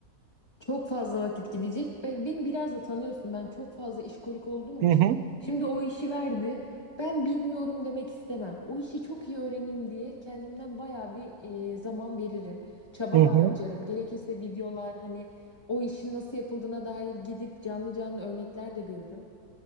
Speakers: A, on the left; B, on the right.
A: Çok fazla vakit gidecek. Ben, beni biraz da tanıyorsun. Ben çok fazla işkolik olduğum
B: Hı
A: için.
B: hı,
A: Şimdi o işi verdi. Ben bilmiyorum demek istemem. O işi çok iyi öğreneyim diye kendimden bayağı bir e, zaman veririm. Çaba
B: hı hı.
A: harcarım. Gerekirse videolar hani o işin nasıl yapıldığına dair gidip canlı canlı örnekler de görürüm.